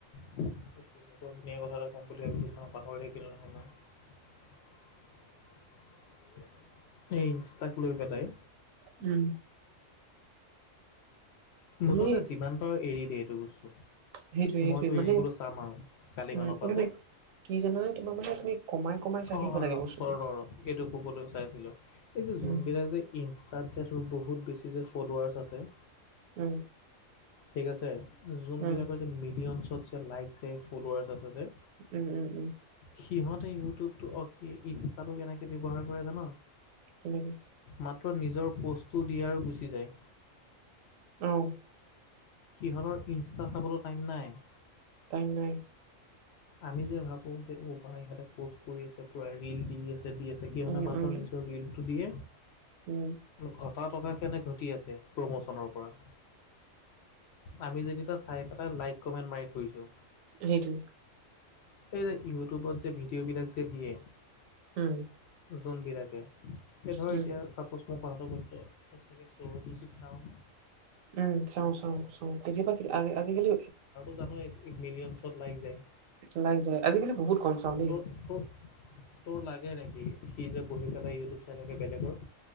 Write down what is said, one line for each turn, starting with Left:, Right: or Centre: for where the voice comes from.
Left: গতিকে বৰ ধুনীয়া কথা এটা ক'ম বুলি ভাবিছিলোঁ, পাহৰি থাকিল নহয় মই। এই ইনষ্টাক লৈ পেলাই।
Right: উম। তুমি
Left: মুঠতে যিমান পাৰো এৰি দিয়ে এইটো বস্তু।
Right: সেইটোৱে সেইটোৱে
Left: মইতো
Right: মানে
Left: এৰিবলৈ চাম আৰু কালি
Right: উম
Left: মানৰ পৰা
Right: মানে
Left: যে।
Right: কি জানে তোমাৰ মানে তুমি কমাই কমাই চাই
Left: অ',
Right: থাকিব
Left: অ'ৰ
Right: লাগে বস্তুটো।
Left: চৰ ৰ, ৰ এইটো কবলৈ চাইছিলোঁ এই যে
Right: উম,
Left: যোনবলাক যে ইনষ্টাত যে বহুত বেছি যে ফ'লোৱাৰছ আছে।
Right: উম।
Left: ঠিক আছে যোনবিলাকৰ
Right: উম,
Left: যে মিলিয়নত যে লাইক যে ফলাৰ আছে যে।
Right: উম, উম, উম।
Left: সিহঁতে ইউটিউবটো অ', ইনষ্টাটো কেনেকে ব্যৱহাৰ কৰে জান?
Right: কেনেকে?
Left: মাত্ৰ নিজৰ পষ্টটো দি আৰু গুচি যায়।
Right: অ'।
Left: সিহঁতৰ ইনষ্টা চাবলৈ টাইম নাই।
Right: তাইম নাই।
Left: আমি যে ভাবোঁ যে অ', বা ইহঁতে প'ষ্ট কৰি আছে পূৰা ৰিল দি আছে। দি আছে, সিহঁতে
Right: উম,
Left: মাত্ৰ
Right: উম,
Left: নিজৰ ৰিলটো দিয়ে।
Right: উম।
Left: ঘটা টকা সিহঁতে ঘটি আছে প্ৰমোচনৰ পৰা। আমি যেনিবা চাই পেলাই লাইক কমেণ্ট মাৰি ফুৰিছোঁ।
Right: সেইটো
Left: এই ইউটিউবত যে ভিডিঅ ভিডিঅ'বিলাক যে দিয়ে
Right: উম,
Left: জোনবিলাকে এই ধৰ
Right: উম,
Left: এতিয়া ছাপোছ মই কথাটো গুৰুত্ব গৈ চৰটোছিক চাঅ নে?
Right: উম চাওঁ, চাওঁ, চাওঁ কেতিয়াবা আজিকালি
Left: তইটো জানয়েই মিলিয়নছত লাইক যায়।
Right: লাইক যায় আজিকালি বহুত কম চাওঁ দেই।
Left: তোৰ তোৰ তোৰ লাগে নেকি সি যে বহি পেলাই ইউটিউব চাই থাকে বেলেগৰ।